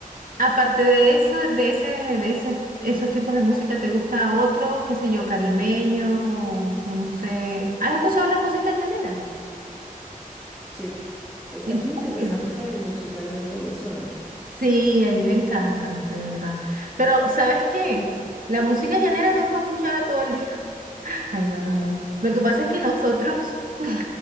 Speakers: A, on the right; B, in the centre.
A: aparte de esa, de ese, de esas- esos tipos de música, ¿te gusta otro, qué sé yo, carimeño? No sé. ¿Has escuchado la música llanera?
B: Sí. Está
A: ¿En
B: bien interesante
A: serio?
B: musicalmente eso, ¿eh?
A: Sí, a mí me encanta, de verdad. Pero, ¿sabes qué? La música llanera no es para escuchar a todo el día. <laughs> Ay, no, no, no. Lo que pasa es que nosotros <laughs>